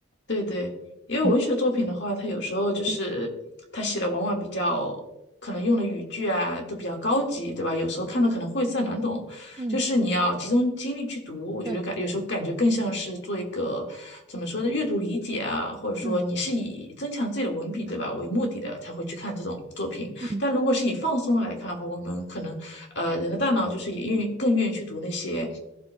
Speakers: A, on the left; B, on the right.
A: 对对，因为文学作品的话，
B: 嗯，
A: 它有时候就是它写的往往比较可能用的语句啊都比较高级，
B: 嗯对，
A: 对吧？有时候看的可能晦涩难懂，
B: 嗯
A: 就是你要集中精力去读，我觉得感有时候感觉更像是做一个怎么说的阅读理解啊，
B: 对，
A: 或者说你是以增强自己的文笔，
B: 嗯
A: 对吧，为目的的才会去看这种作品。
B: 嗯
A: 但如果是以放松来看的话，我们可能呃人的大脑就是也愿意更愿意去读那些。